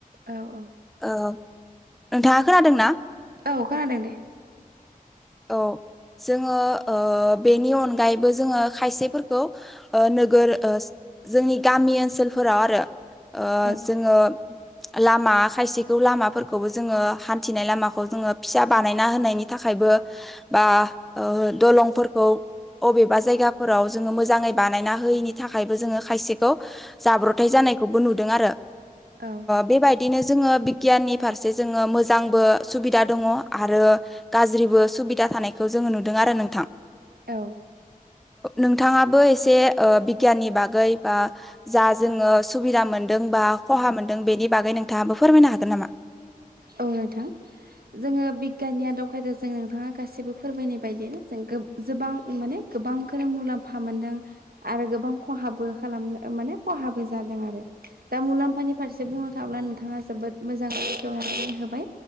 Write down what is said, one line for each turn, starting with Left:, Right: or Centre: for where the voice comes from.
Right: औ औ
Centre: ओ नोंथाङा खोनादों ना?
Right: औ खोनादों दे
Centre: औ जोङो बेनि अनगायैबो जोङो खायसेफोरखौ नोगोर जोंनि गामि ओनसोलफोराव आरो
Right: औ
Centre: जोङो
Right: <inaudible>
Centre: लामा खायसेखौ लामाफोरखौबो जोङो हान्थिनाय लामाखौ जोङो फिसा बानायना होनायनि थाखायबो बा दलंफोरखौ अबेबा जायगाफोराव जोङो मोजाङै बानायना होयैनि थाखायबो जोङो खायसेखौ जाब्रथाय जान नायखौबो नुदों आरो
Right: औ
Centre: बेबायदिनो जोङो बिगियाननि फारसे जोङो मोजांबो सुबिदा दङ आरो गाज्रिबो सुबिदा थानायखौ जोङो नुदों आरो नोंथां
Right: औ
Centre: नोंथाङाबो एसे बिगियाननि बागै बा जा जोङो सुबिदा मोनदों। बा खहा मोनदों बेनि बागै नोंथाङाबो फोरमायनो हागोन नामा
Right: औ नोंथां जोङो बिगियाननि आदब खायदाजों नोंथाङा गासिबो फोरमायनाय बायदियानो जों जोबां माने गोबांखौनो मुलाम्फा मोनदों आरो गोबां खहाबो खालामनो माने खहाबो जादों आरो दा मुलाम्फानि फारसे बुंनो थाङोब्ला नोंथाङा जोबोद मोजां। बेखेवनानै होबाय